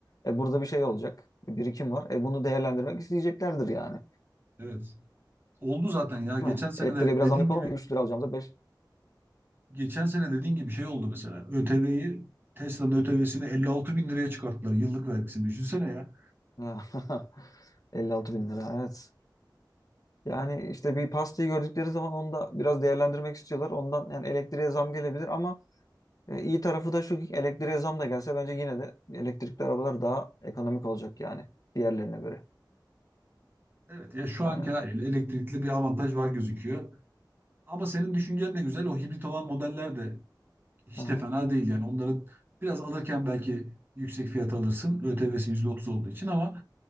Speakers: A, on the left; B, on the right.
A: E, burada bir şey olacak. Birikim var. E, bunu değerlendirmek isteyeceklerdir yani.
B: Evet. Oldu zaten ya. Geçen
A: Değil mi?
B: sene
A: Elektriğe
B: de
A: biraz
B: dediğin
A: zam yapalım
B: gibi
A: mı? 3 lira alacağımıza 5
B: geçen sene dediğin gibi şey oldu mesela. ÖTV'yi Tesla'nın ÖTV'sini 56 bin liraya çıkarttılar. Yıllık vergisini düşünsene ya.
A: Ya, <laughs> 56 bin lira evet. Yani işte bir pastayı gördükleri zaman onu da biraz değerlendirmek istiyorlar. Ondan yani elektriğe zam gelebilir ama e, iyi tarafı da şu ki elektriğe zam da gelse bence yine de elektrikli arabalar daha ekonomik olacak yani diğerlerine göre.
B: Evet ya şu
A: Yani.
B: anki haliyle elektrikli bir avantaj var gözüküyor. Ama senin düşüncen de güzel. O hibrit olan modeller de hiç
A: Aha.
B: de fena değil yani. Onların biraz alırken belki yüksek fiyat alırsın. ÖTV'si %30 olduğu için ama